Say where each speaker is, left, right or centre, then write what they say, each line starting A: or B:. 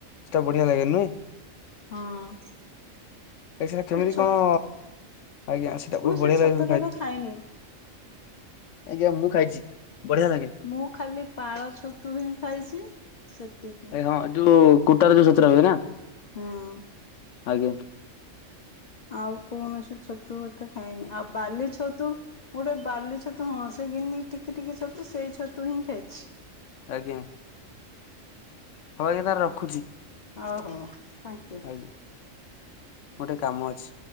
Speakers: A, on the left (about 70°); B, on the left (about 45°).
A: ସେଟା ବଢିଆ ଲାଗେ ନୁଅେଁ।
B: ହଁ।
A: ଏ ସାର୍
B: ସେ
A: କେମିତି
B: ଛତୁ
A: କଣ ଆଜ୍ଞା ତାକୁ
B: ମୁଁ ସେ
A: ବଢିଆ
B: ଛତୁ
A: ଲାଗିବ ମୁଁ
B: କେବେ
A: ଖାଇ
B: ଖାଇନି
A: ଆଜ୍ଞା ମୁଁ ଖାଇଛି ବଢିଆ ଲାଗେ
B: ମୁଁ ଖାଲି ପାଳ ଛତୁ ହିଁ ଖାଇଛି ସେତିକି
A: ଏ ହଁ ଯୋଉ କୁଟାରେ ଯୋଉ ଛତୁରା ହୁଏ ନା
B: ହଁ।
A: ଆଜ୍ଞା।
B: ଆଉ କୌଣସି ଛତୁ ଏତେ ଖାଇନି ଆଉ ବାଲି ଛତୁ ଗୋଟେ ବାଲି ଛତୁ ହଁ ସେଇିଗିନି ଟିକି ଟିକିଛତୁ ସେଇ ଛତୁ ହିଁ ଖାଇଛି।
A: ଆଜ୍ଞା। ହଁ ଏଇନା ରଖୁଛି ଆଜ୍ଞା।
B: ଓ ହୋ ଥ୍ୟାଙ୍କୟୁ।
A: ଗୋଟେ କାମ ଅଛି।